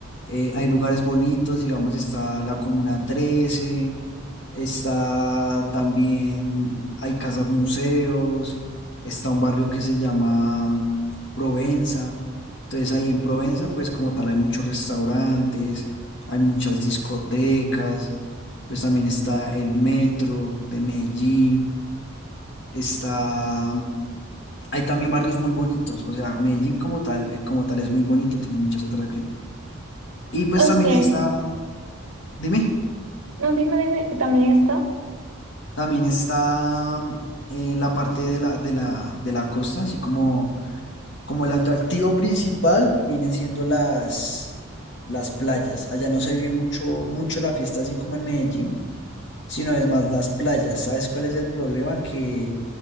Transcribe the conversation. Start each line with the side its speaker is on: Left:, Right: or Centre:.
Left: eh, hay lugares bonitos, digamos, está la Comuna Trece, está también, hay casas museos, está un barrio que se llama mm, Provenza. Entonces ahí en Provenza, pues como tal, hay muchos restaurantes, hay muchas discotecas, pues también está el metro de Medellín, está mm, hay también barrios muy bonitos, o sea, Medellín como tal, eh, como tal es muy bonito, tiene muchas atracciones. Y pues
Right: Ok,
Left: también está, dime,
Right: no, dime, dime, que también está.
Left: también está mm, eh, la parte de la, de la, de la costa, así como, como el atractivo principal vienen siendo las, las playas. Allá no se vive mucho, mucho la fiesta así como en Medellín, sino es más las playas. ¿Sabes cuál es el problema? Que